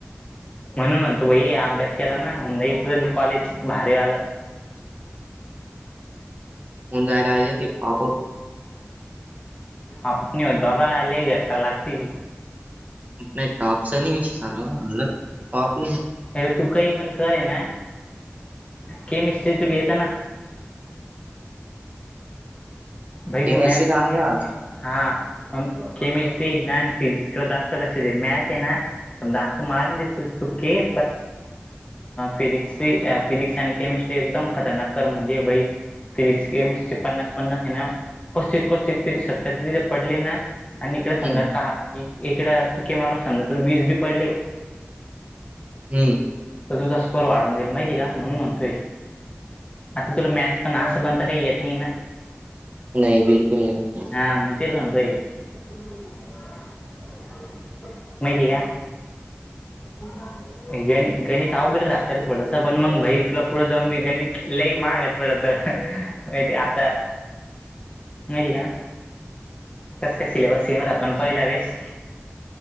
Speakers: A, on the left (about 25°); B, on the right (about 35°).
A: म्हणून म्हणतो भाई अभ्यास केला ना होऊन जाईल तुला बी कॉलेज भारीवालं
B: होवून जायला येते आप आप
A: आप नाही होत बाबा लई घासाय लागती.
B: नाही टॉपच नाही विषय चालू टॉप नाही
A: अर तू काही पण कर ना केमिस्ट्री तर तुला येत ना? भाई
B: केमिस्ट्री
A: तू मॅथस
B: चांगली
A: नादी
B: आहे माझी.
A: लागू नको हा केमिस्ट्री ना आणि फिजिक्स कडे जास्त लक्ष दे मॅथस आहे ना. जास्त <unintelligible> तू खेळ फिजिक्स फिजिक्स आणि केमिस्ट्री एकदम खतरनाक कर म्हणजे भाई. फिजिक्स केमिस्ट्री पन्नास पन्नास आहे ना. पस्तीस पस्तीस तरी सत्तर तरी पडले ना आणि इकडे
B: हम्म
A: समजा का एकडा तुके मारून समजा वीस बी पडले.
B: हम्म
A: तर तुझा स्कोर वाढून जाईल माहिती का म्हणून म्हणतोय. आता तुला मॅथस पण असं म्हणता काही येत नाही ना.
B: नाही बिलकुल नाही.
A: हा मग तेच म्हणतोय. <unintelligible> <unintelligible> माहिती का? <unintelligible> गण गणित अवघड राहत थोडस पण मग भाई पुढं जाऊन बी गणित लई महाग पडत माहिती आता. माहिती का कस का सिलेबस सेम राहतो आणि पहिला वेळेस.